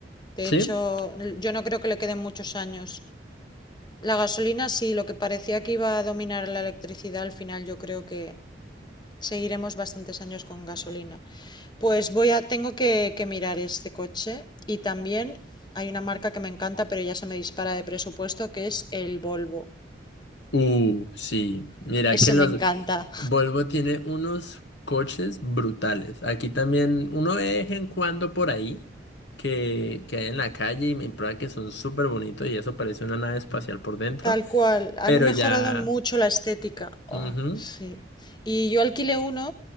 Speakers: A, on the left; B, on the left.
A: ¿Sí?
B: De hecho, l- yo no creo que le queden muchos años. La gasolina sí, lo que parecía que iba a dominar la electricidad, al final yo creo que seguiremos bastantes años con gasolina. Pues voy a, tengo que, que mirar este coche y también hay una marca que me encanta, pero ya se me dispara de presupuesto, que es el Volvo.
A: Uh, sí. Mira
B: Ese
A: que los
B: me encanta.
A: Volvo tiene unos coches brutales. Aquí también uno ve de vez en cuando por ahí que, que hay en la calle y me prueba que son súper bonitos y eso parece una nave espacial por dentro.
B: Tal cual. Han
A: Pero ya.
B: mejorado mucho la estética. Oh,
A: ujú,
B: sí. Y yo alquilé uno